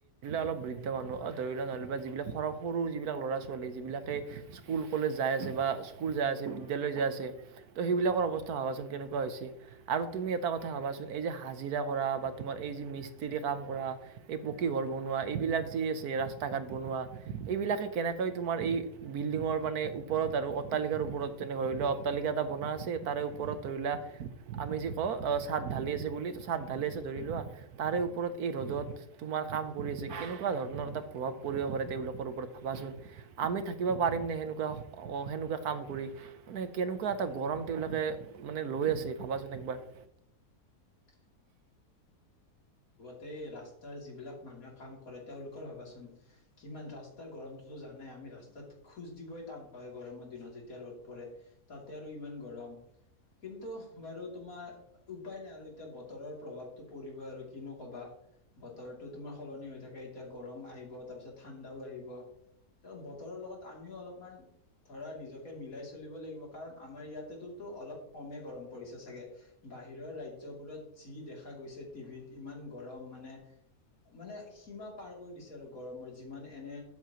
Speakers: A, on the right; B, on the left.
A: অলপ। ৰি্ৰ মানুহ ধৰি ল নলেব যিবিলাক স সৰু যিবিলাক ল'ৰা ছোৱালী যিবিলাকে স্কুল কলেজ যাই আছে। বা স্কুল যা আছে বিদ্যালয় যা আছে ত' সেইবিলাকৰ অৱস্থা ভবাচোন কেনেকুৱা হৈছে আৰু তুমি এটা। থা ভাবাচোন এই যে হাজিৰা কৰা বা তোমাৰ এই যে মিস্ত্ৰী কাম কৰা এই পকী ঘৰ বনোৱা এইবিলাক। এইবিলাক যে আছে ৰাস্তা ঘাট বনোৱা এইবিলাকে কেনেকৈ তোমাৰ এই বিল্ডিংৰ মানে উপ। ওপৰত আৰু অট্টালিকাৰ ওপৰত যেনে ধৰি লোৱা অট্টালিকা এটা বনোৱা আছে তাৰে ওপৰত ধৰি লোৱা। আমি যি কওঁ অ চাট ঢালি আছে বুলি চাট ঢালি আছে ধৰি লোৱা তাৰে ওপৰত এই ৰ'দত তোমাৰ। কাম কৰি আছে, কেনেকুৱা ধৰণৰ এটা প্ৰভাৱ পৰিব পাৰে তেওঁলোকৰ ওপৰত ভাবাচোন। আমি থাকিব পাৰিমনেে সেনেকুৱা, অঁ সেনেকুৱা কাম কৰি, মানে কেনেকুৱা এটা গৰম তেওঁলোকে মানে লৈ আছে ভাবাচোন একবাৰ।
B: <unintelligible> তে ৰাস্তাৰ যিবিলাক মানুহে কাম কৰে তেওঁলোকৰ ভাবাচোন, কিমান ৰাস্তাৰ গৰমটোতো জানাই। আমি ৰাস্তাত খোজ দিবই টান পা গৰমৰ দিনত, যেতিয়া ৰ'দ পৰে তাতে আৰু ইমান গৰম। কিন্তু বাৰু তোমাৰ উপায় নাই আৰু এতিয়া বত। বতৰৰ প্ৰভাৱটো পৰিব আৰু কিনো কবা। বতৰটো তোমাৰ সলনি হৈ থাকে। এতিয়া গৰম আহিব তাৰপিছত ঠাণ্ডাও আহিব। ত বতৰৰ লগত আমিও অলপমান,। ধৰা নিজকে মিলাই চলিব লাগিব। কাৰণ আমাৰ ইয়াতেতোতো অলপ কমে গৰম পৰিছে চাগে। বাহিৰৰ ৰাজ্যবোৰত যি দেখা গৈছে টিভিত, ইমান গৰম মানে-। মানে সীমা পাৰ কৰি দিছে আৰু গৰমৰ যিমান এনে